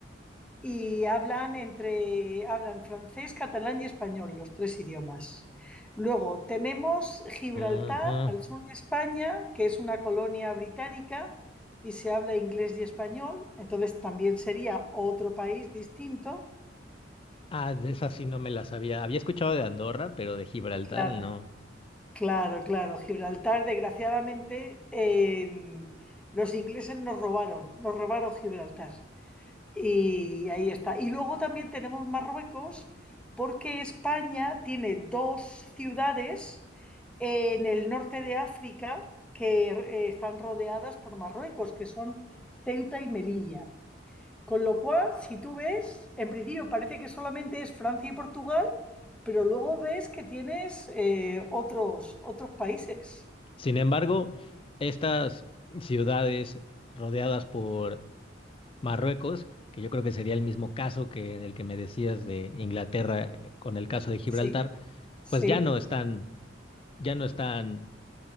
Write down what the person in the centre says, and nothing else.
y hablan entre hablan francés, catalán y español, los tres idiomas. Luego tenemos Gibraltar,
al sur de España, que es una colonia británica y se habla inglés y español, entonces también sería otro país distinto.
Claro,
claro, claro. Gibraltar, desgraciadamente, en- los ingleses nos robaron, nos robaron Gibraltar. Y ahí está. Y luego también tenemos Marruecos, porque España tiene dos ciudades en el norte de África que eh, están rodeadas por Marruecos, que son Ceuta y Melilla. Con lo cual, si tú ves, en principio parece que solamente es Francia y Portugal, pero luego ves que tienes eh, otros, otros países.
Sí, sí.